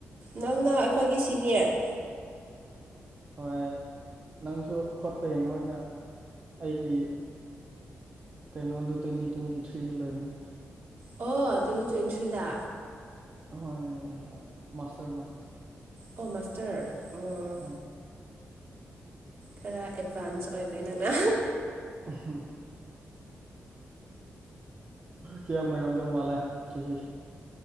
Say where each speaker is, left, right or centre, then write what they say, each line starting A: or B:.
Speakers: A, on the right; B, on the right.
A: ꯅꯪꯅ ꯑꯩꯈꯣꯏꯒꯤ ꯁꯤꯅꯤꯌꯔ
B: ꯍꯣꯏ ꯅꯪꯁꯨ ꯈꯣꯠꯄ ꯌꯦꯡꯉꯣ ꯑꯩꯅ ꯑꯩꯒꯤ ꯀꯩꯅꯣꯗꯣ ꯇ꯭ꯋꯦꯟꯇꯤ ꯇ꯭ꯋꯦꯟꯇꯤ ꯊ꯭ꯔꯤꯗ ꯂꯣꯏꯕꯅꯦ
A: ꯑꯣ ꯇ꯭ꯋꯦꯟꯇꯤ ꯇ꯭ꯋꯦꯟꯇꯤ ꯊ꯭ꯔꯤꯗ
B: ꯑꯍꯣꯏ ꯃꯥꯁꯇꯔ ꯃꯥꯁꯇꯔ
A: ꯑꯣ ꯃꯥꯁꯇꯔ ꯑꯣ
B: ꯍꯣꯏ
A: ꯈꯔ ꯑꯦꯗꯚꯥꯟꯁ ꯑꯣꯏꯈ꯭ꯔꯦ ꯅꯪꯅ
B: <unintelligible> ꯀꯌꯥꯝ ꯑꯣꯏꯔꯝꯗꯧ ꯃꯥꯜꯂꯦ ꯆꯍꯤ